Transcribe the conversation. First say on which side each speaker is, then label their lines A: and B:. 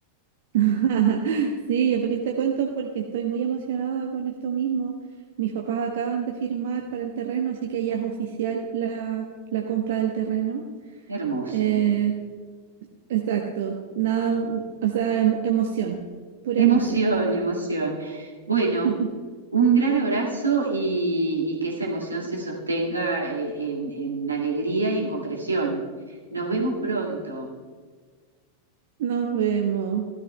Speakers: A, on the right; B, on the right.
A: <laughs> Sí, yo feliz te cuento porque estoy muy emocionada con esto mismo. Mis papás acaban de firmar para el terreno, así que ya es oficial la, la compra del terreno.
B: Hermoso.
A: Eh, exacto, nada, o sea, emo- emoción, pura
B: Emoción,
A: emoción.
B: emoción. Bueno,
A: <laughs>
B: un gran abrazo y, y que esa emoción se sostenga eh, en en alegría y en concreción. Nos vemos pronto.
A: Nos vemos.